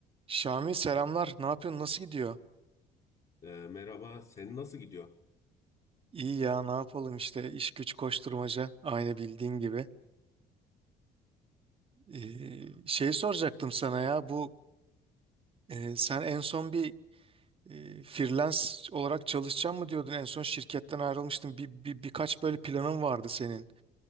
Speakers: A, on the right (about 35°); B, on the left (about 40°).
A: Şami selamlar. Ne yapıyorsun? Nasıl gidiyor?
B: E, merhaba, senin nasıl gidiyor?
A: İyi ya ne yapalım işte iş güç koşturmaca aynı bildiğin gibi. Ee, şey soracaktım sana ya bu e, sen en son bir e, freelance olarak çalışacaksın mı diyordun? En son şirketten ayrılmıştın. Bir, bir, birkaç böyle planın vardı senin.